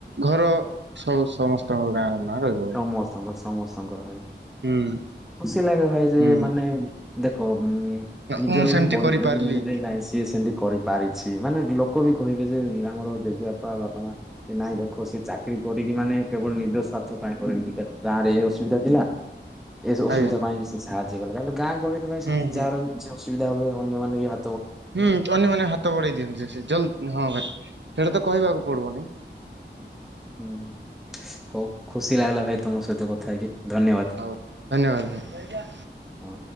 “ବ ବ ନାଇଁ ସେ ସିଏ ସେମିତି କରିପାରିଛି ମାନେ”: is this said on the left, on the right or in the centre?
Centre